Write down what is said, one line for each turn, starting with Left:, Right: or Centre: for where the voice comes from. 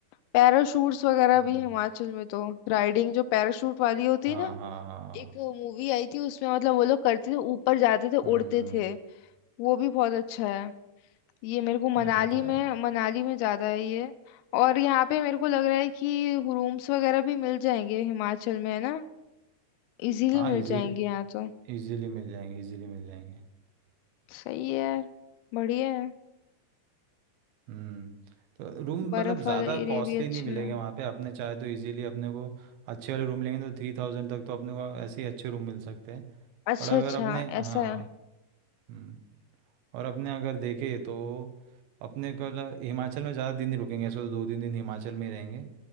Left: पैराशूट्स वगैरह
Right: हम्म
Left: भी हिमाचल में तो राइडिंग जो पैराशूट वाली होती
Right: हाँ
Left: है ना
Right: हाँ हाँ
Left: एक मूवी आई थी उसमें मतलब वो लोग करते थे ऊपर जाते थे
Right: हम्म
Left: उड़ते
Right: हम्म,
Left: थे वो भी बहुत अच्छा है ये मेरे को मनाली
Right: ये वो तो है
Left: में मनाली में ज्यादा है ये और यहाँ पे मेरे को लग रहा है कि रूम्स वगैरह भी मिल जाएंगे हिमाचल में है ना इजीली
Right: हाँ
Left: मिल
Right: इजी
Left: जाएंगे यहाँ तो
Right: इजीली मिल जाएंगे इजीली मिल जाएंगे
Left: सही है यार बढ़िया है
Right: हम्म तो रूम
Left: बर्फ
Right: मतलब ज़्यादा
Left: वाला एरिया
Right: कॉस्टली
Left: भी अच्छा
Right: नहीं मिलेंगे
Left: है
Right: वहाँ पे अपने चाहे तो इजीली अपने को अच्छे वाले रूम लेंगे तो थ्री थाउजेंड तक तो अपने को ऐसे ही अच्छे रूम मिल सकते हैं
Left: अच्छा
Right: पर अगर
Left: अच्छा
Right: अपने हाँ
Left: ऐसा है
Right: हम्म, और अपने अगर देखे तो अपने को ल- हिमाचल में ज़्यादा दिन नहीं रुकेंगे ऐसे तो दो तीन दिन हिमाचल में ही रहेंगे